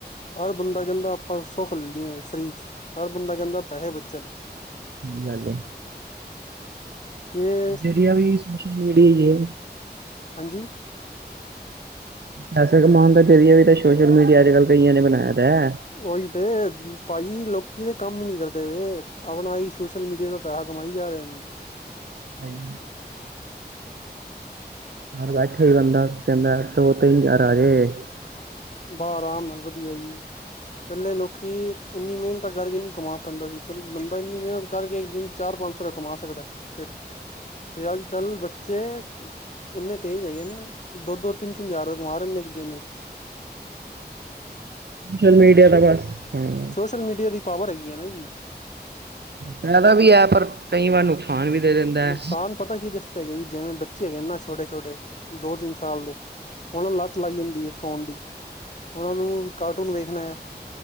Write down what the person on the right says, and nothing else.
ਸਹੀ ਗੱਲ ਹੈ
ਜ਼ਰੀਆ ਵੀ ਸੋਸ਼ਲ ਮੀਡੀਆ ਏ।
ਪੈਸੇ ਕਮਾਉਣ ਦਾ ਜ਼ਰੀਆ ਵੀ ਤਾਂ ਸੋਸ਼ਲ ਮੀਡੀਆ ਅੱਜ ਕੱਲ੍ਹ ਕਈਆਂ ਨੇ ਬਣਾਇਆ। ਦਾ ਹੈ
ਆਈ। ਘਰ ਬੈਠੇ ਹੀ ਬੰਦਾ ਕਹਿੰਦਾ ਦੋ, ਤਿੰਨ ਹਜਾਰ ਆਜੇ।
<inaudible>
ਸੋਸ਼ਲ ਮੀਡੀਆ ਦਾ ਬਸ ਹਾਂ।
ਫਾਇਦਾ ਵੀ ਹੈ ਪਰ ਕਈ ਵਾਰ ਨੁਕਸਾਨ। ਵੀ ਦੇ ਦਿੰਦਾ ਹੈ।